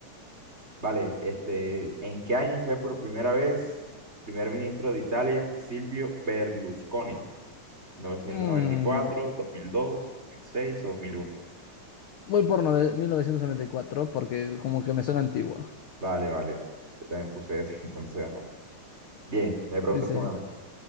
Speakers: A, on the right (about 20°); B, on the left (about 75°).
A: Vale, este, ¿en qué año fue por primera vez primer ministro de Italia Silvio Berlusconi? novecientos
B: Mm,
A: noventa y cuatro dos dos mil dos dos mil seis o dos mil uno
B: Voy por nove- 1994 porque como que me suena antigua.
A: Vale, vale, vale. Yo también puse eso, <laughs> entonces, ajá. Bien, me preguntas
B: Dice,
A: tú una vez.